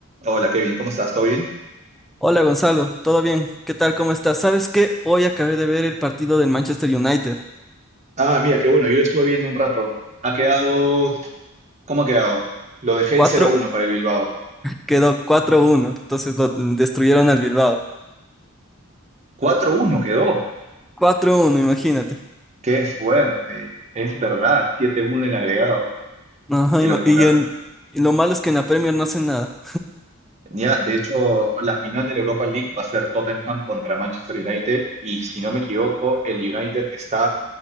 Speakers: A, on the right; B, in the centre.
A: Hola Kevin, ¿cómo estás? ¿Todo bien?
B: Hola Gonzalo, ¿todo bien? ¿Qué tal? ¿Cómo estás? ¿Sabes qué? Hoy acabé de ver el partido del Manchester United.
A: Ah, mira, qué bueno, yo lo estuve viendo un rato. Ha quedado... ¿Cómo ha quedado? Lo dejé
B: cuatro
A: en cero uno para el Bilbao.
B: quedó cuatro uno, entonces lo- destruyeron al Bilbao.
A: Cuatro uno quedó.
B: Cuatro uno, imagínate.
A: Qué fuerte. Es verdad, Siete uno en el agregado.
B: Ajá,
A: Qué
B: ima-
A: locura.
B: y, en- y lo malo es que en la Premier no hacen nada
A: Ya, de hecho, la final de la Europa League va a ser Tottenham contra Manchester United y si no me equivoco, el United está